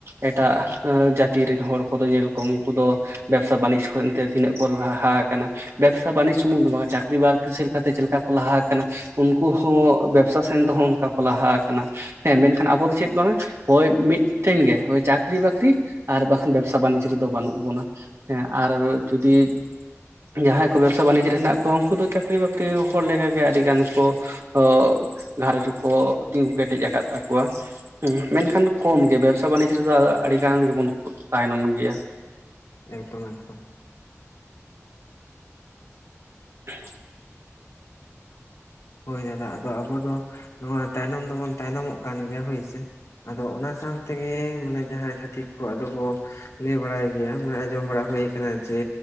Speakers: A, on the right (about 55°); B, on the left (about 70°).
A: ᱮᱴᱟᱜ ᱮᱸ ᱡᱟᱹᱛᱤ ᱨᱤᱱ ᱦᱚᱲ ᱠᱚᱫᱚ ᱧᱮᱞ ᱠᱚᱢ ᱩᱱᱠᱩ ᱫᱚ ᱵᱮᱵᱽᱥᱟ ᱵᱟᱹᱱᱤᱡᱽ ᱠᱷᱚᱱ ᱛᱮ ᱛᱤᱱᱟᱹᱜ ᱠᱚ ᱞᱟᱦᱟ ᱟᱠᱟᱱᱟ᱾ ᱵᱮᱵᱽᱥᱟ ᱵᱟᱹᱱᱤᱡᱽ ᱥᱩᱢᱩᱝ ᱫᱚ ᱵᱟᱝᱟ ᱪᱟᱹᱠᱨᱤ ᱵᱟᱹᱨᱠᱤ ᱥᱮᱜ ᱞᱮᱠᱟᱛᱮ ᱪᱮᱫ ᱞᱮᱠᱟ ᱠᱚ ᱞᱟᱦᱟ ᱟᱠᱟᱱᱟ᱾ ᱩᱱᱠᱩ ᱦᱚᱸ ᱵᱮᱵᱥᱟ ᱥᱮᱱ ᱫᱚ ᱦᱚᱸᱜ ᱚᱱᱠᱟ ᱠᱚ ᱞᱟᱦᱟ ᱟᱠᱟᱱᱟ᱾ ᱦᱮᱸ ᱢᱮᱱᱠᱷᱟᱱ ᱟᱵᱚ ᱫᱚ ᱪᱮᱫ ᱵᱟᱝᱟ ᱦᱳᱭ ᱢᱤᱫᱴᱷᱮᱱ ᱜᱮ᱾ ᱦᱳᱭ ᱪᱟᱹᱠᱨᱤ ᱵᱟᱠᱨᱤ ᱟᱨ ᱵᱟᱠᱷᱟᱱ ᱵᱮᱵᱽᱥᱟ ᱵᱟᱱᱤᱡᱽ ᱨᱮᱫᱚ ᱵᱟᱹᱱᱩᱜ ᱵᱚᱱᱟ᱾ ᱦᱮᱸ ᱟᱨ ᱡᱩᱫᱤ ᱡᱟᱦᱟᱸᱭ ᱠᱚ ᱵᱮᱵᱽᱥᱟ ᱵᱟᱱᱤᱡᱽ ᱨᱮ ᱦᱮᱱᱟᱜ ᱠᱚᱣᱟ ᱩᱱᱠᱩ ᱫᱚ ᱪᱟᱹᱠᱨᱤ ᱵᱟᱹᱠᱨᱤ ᱦᱚᱲ ᱞᱮᱠᱟᱜᱮ ᱟᱹᱰᱤ ᱜᱟᱱ ᱠᱚ ᱚ ᱜᱷᱟᱸᱨᱚᱸᱡᱽ ᱠᱚᱠᱚ ᱛᱤᱸᱜᱩ ᱠᱮᱴᱮᱡ ᱟᱠᱟᱫ ᱛᱟᱠᱚᱣᱟ᱾ ᱦᱩᱸ ᱢᱮᱱᱠᱷᱟᱱ ᱠᱚᱢ ᱜᱮ ᱵᱮᱵᱽᱥᱟ ᱵᱟᱹᱱᱤᱡᱽ ᱨᱮᱫᱚ ᱟᱫᱚ ᱟᱹᱰᱤ ᱜᱟᱱ ᱜᱮᱵᱚᱱ ᱛᱟᱭᱱᱚᱢ ᱜᱮᱭᱟ᱾
B: ᱮᱠᱫᱚᱢ ᱮᱠᱫᱚᱢ᱾
A: <inaudible>
B: ᱦᱳᱭ ᱫᱟᱫᱟ ᱟᱫᱚ ᱟᱵᱚ ᱫᱚ ᱱᱚᱣᱟ ᱛᱟᱭᱱᱚᱢ ᱫᱚᱵᱚᱱ ᱛᱟᱭᱱᱚᱢᱚᱜ ᱠᱟᱱ ᱜᱮᱭᱟ ᱦᱳᱭ ᱥᱮ᱾ ᱟᱫᱚ ᱚᱱᱟ ᱥᱟᱝ ᱛᱮᱜᱮ ᱢᱟᱱᱮ ᱡᱟᱦᱟᱸᱭ ᱪᱷᱟᱹᱛᱤᱠ ᱠᱚ ᱟᱫᱚ ᱠᱚ ᱞᱮᱭ ᱵᱟᱲᱟᱭ ᱜᱮᱭᱟ ᱢᱟᱱᱮ ᱟᱸᱡᱚᱢ ᱵᱟᱲᱟ ᱦᱳᱭ ᱠᱟᱱᱟ ᱡᱮ